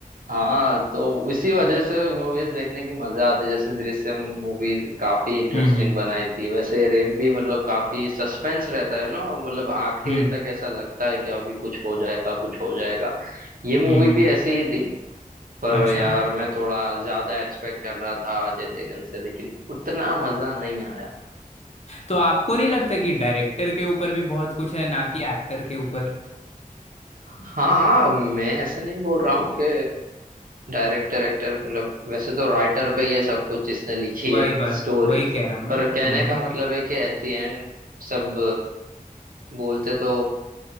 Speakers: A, on the right; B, on the left.
A: हाँ तो इसी वजह से मूवीज देखने की मजा आती है जैसे दृश्यम मूवी काफी इंटरेस्टिंग
B: हम्म हम्म
A: बनाई थी वैसे रेड भी मतलब काफी सस्पेंस रहता है ना मतलब आखिर
B: हम्म
A: तक ऐसा लगता है कि अभी कुछ हो जाएगा कुछ हो जाएगा ये
B: हम्म
A: मूवी
B: हम्म
A: भी ऐसी ही थी पर
B: अच्छा
A: यार मैं थोड़ा ज्यादा एक्सपेक्ट कर रहा था अजय देवगन से लेकिन उतना मजा नहीं आया
B: तो आपको नहीं लगता कि डायरेक्टर के ऊपर भी बहुत कुछ है ना कि एक्टर के ऊपर
A: हाँ हाँ मैं ऐसे नहीं बोल रहा हूँ कि डायरेक्टर एक्टर मतलब वैसे तो राइटर पे ये सब कुछ जिसने लिखी
B: वही
A: है
B: बात
A: स्टोरी
B: वही कह रहा हूँ मैं
A: पर
B: हम्म
A: कहने का
B: हम्म।
A: मतलब है कि एट द एंड सब बोलते तो